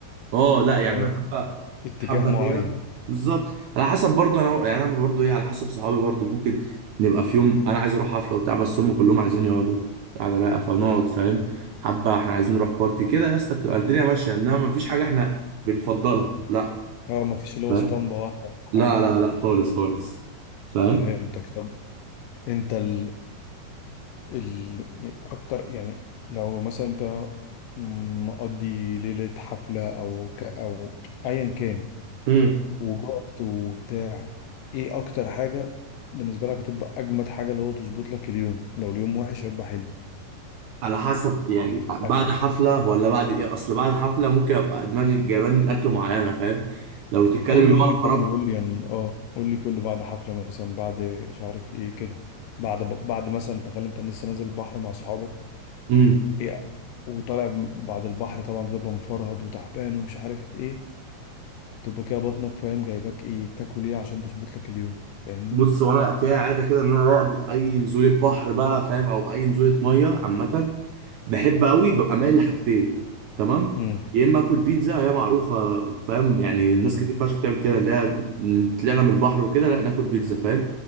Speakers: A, on the right; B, on the left.
A: اه لا يعني
B: آه،
A: انا حبه
B: اتجاه
A: حبه
B: معين
A: كده بالظبط على حسب برضو انا يعني انا برضو ايه على حسب صحابي برضو ممكن نبقى في يوم انا عايز اروح حفله وبتاع بس هم كلهم عايزين يقعدوا على رايقه فنقعد فاهم حبه احنا عايزين نروح بارتي كده يا اسطى بتبقى الدنيا ماشيه انما مفيش حاجه احنا بنفضلها لا
B: اه مفيش اللي هو
A: فاهم
B: اسطمبة واحدة او حاجة
A: لا لا
B: بتفضل
A: لا خالص خالص فاهم
B: فهمتك طب انت ال... ال... اكتر يعني لو مثلا انت مقضي ليلة حفلة او ك... او ايا كان
A: امم
B: وجهد وبتاع ايه اكتر حاجة بالنسبة لك هتبقى اجمد حاجة اللي هو تظبط لك اليوم لو اليوم وحش هيبقى حلو
A: على حسب يعني بعد
B: اكله
A: حفلة ولا بعد ايه اصل بعد حفلة ممكن ابقى دماغي جايباني الاكل معينة فاهم لو تتكلم
B: قول
A: اللي
B: لي قول
A: هو انا
B: لي
A: خرجت
B: كله قول لي يعني اه قول لي كله بعد حفلة مثلا بعد مش عارف ايه كده بعد بعد مثلا تخيل انت لسه نازل البحر مع اصحابك
A: مم.
B: ايه وطالع بعد البحر طبعا بتبقى مفرهد وتعبان ومش عارف ايه تبقى كده بطنك فاهم جايباك ايه تاكل ايه عشان تظبط لك اليوم فاهمني
A: بص وانا فيها عاده كده ان انا بعد اي نزوله بحر بقى فاهم او اي نزوله ميه عامه بحب قوي ببقى مايل لحاجتين تمام
B: امم
A: يا اما اكل بيتزا هي معروفه فاهم يعني الناس كتير فشخ بتعمل كده اللي هي طلعنا من البحر وكده لا ناكل بيتزا فاهم